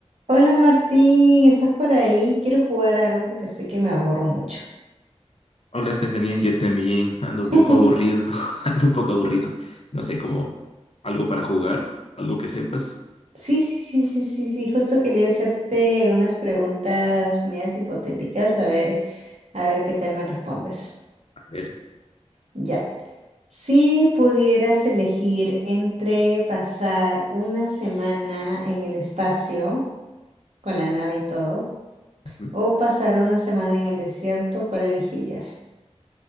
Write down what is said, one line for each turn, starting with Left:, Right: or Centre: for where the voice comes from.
Right: Hola Martín, ¿estás por ahí? Quiero jugar algo porque sé que me aburro mucho.
Left: Hola Estefanía, yo también ando
Right: <laughs>
Left: un poco aburrido, <laughs> ando un poco aburrido. No sé, como algo para jugar, algo que sepas.
Right: Sí, sí, sí, sí, sí, sí, justo quería hacerte unas preguntas medias hipotéticas, a ver, a ver qué tal me respondes.
Left: A ver,
Right: Ya. Si pudieras elegir entre pasar una semana en el espacio, con la nave y todo,
Left: ujú.
Right: o pasar una semana en el desierto, ¿cuál elegirías?